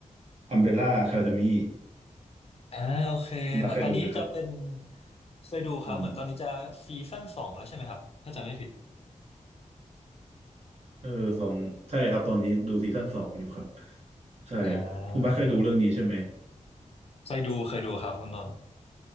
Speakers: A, on the right (about 55°); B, on the left (about 50°).
A: อัมเบร่าคาเดมี่
B: อ่าโอเคเหมือนตอนนี้จะเป็น
A: คุณบาสเคยดูไหมครับ
B: เคยดูครับเหมือนตอนนี้จะซีซั่นสองแล้วใช่ไหมครับถ้าจำไม่ผิด
A: อืมเออสองใช่ครับ ตอนนี้ดูซีซั่นสองอยู่ครับใช่
B: อ่า
A: คุณบาสเคยดูเรื่องนี้ใช่ไหม
B: เคยดูเคยดูครับคุณต้น